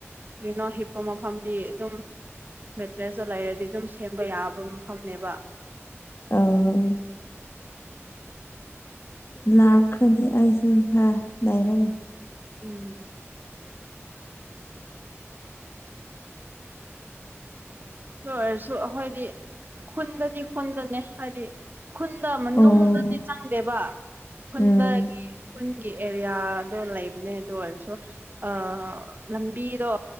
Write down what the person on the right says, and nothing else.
ꯀꯩꯅꯣ ꯍꯤꯞꯄ ꯃꯐꯝꯗꯤ ꯑꯗꯨꯝ ꯃꯠꯇ꯭ꯔꯦ ꯆꯣ ꯂꯥꯏꯔꯗꯤ ꯕ ꯌꯥꯕ ꯃꯐꯝꯅꯦꯕ
ꯑꯗꯣ
ꯎꯝ ꯂꯣꯏꯔꯁꯨ ꯑꯩꯈꯣꯏꯗꯤ ꯈꯨꯟꯗꯗꯤ ꯈꯨꯟꯗꯅꯦ ꯍꯥꯏꯗꯤ ꯈꯨꯟꯗ ꯃꯅꯨꯡꯗꯗꯤ
ꯆꯪꯗꯦꯕ ꯈꯨꯨꯟꯗꯒꯤ
ꯈꯨꯟꯒꯤ ꯑꯦꯔꯤꯌꯥꯗꯣ ꯂꯩꯕꯅꯦ ꯑꯗꯨ ꯑꯣꯏꯔꯁꯨ ꯑ ꯂꯝꯕꯤꯗꯣ